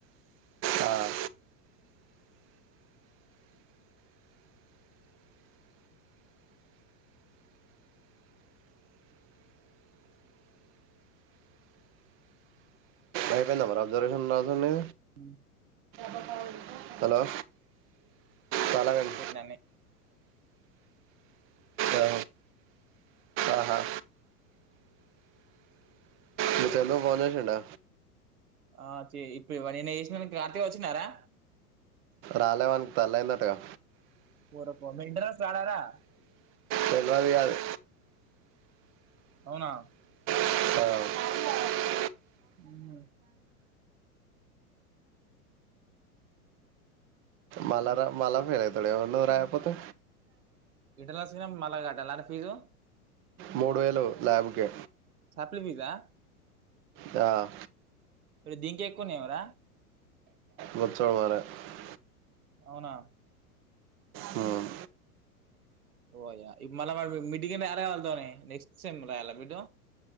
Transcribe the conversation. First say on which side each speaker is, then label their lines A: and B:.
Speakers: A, on the right; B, on the right.
A: ఆ అయిపోయిందా మరి అబ్జర్వేషన్ నాగ్ హలో!
B: మ్
A: బ కా <unintelligible> హలో! చాలా కానీ
B: సీట్లన్నీ
A: ఆ ఆహా! మీ ఫ్రెండ్ ఫోన్ చేసిండా.
B: ఆ చె ఇప్పుడు నిన్న చేసిను కార్తీక్ వచ్చిన్న రా?
A: రాలేవానికు తల్లి అయిందటగా.
B: పోరా, పో! మెడ్రాస్ రా, రా?
A: తెల్వదు గాదు.
B: అవునా?
A: ఆ <unintelligible>
B: హ్మ్ ఉమ్.
A: మళ్ళా రా మళ్ళా <inaudible> వాడేవన్న రాయకపోతే.
B: ఇటలాశిరం మలాగాట్. లా ర ఫీజు.
A: మూడు వేలు ల్యాబ్ కే
B: సప్లి ఫీజా?
A: ఆ
B: ఇప్పుడు దీంకే ఎక్కువ ఉన్నాయర?
A: బత్చ్చడు మార <unintelligible>
B: అవునా?
A: హ్మ్
B: ఓ అయ్యా ఇప్పుడు మళ్ళా వాడు మిడ్ యాడ కలుద్దాం అని నెక్స్ట్ సెమ్ రాయాల మిడ్.